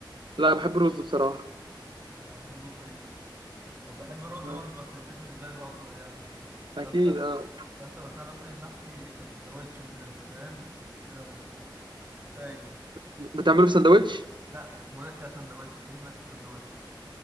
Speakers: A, on the right; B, on the right.
A: لا بحب الرز بصراحه
B: ده أنا بحبه فريك او بحب الرز
A: آه،
B: برضو بس الفريك بالنسبة لي الافضل يعني
A: اكيد
B: يا اسطى.
A: اه
B: يا اسطى بس انا باكل المحشي كسندوتش كده انت فاهم بمسكه كده وفاجر
A: بتعمله في سندوتش
B: لا بقول لك كسندوتش كاني ماسك سندوتش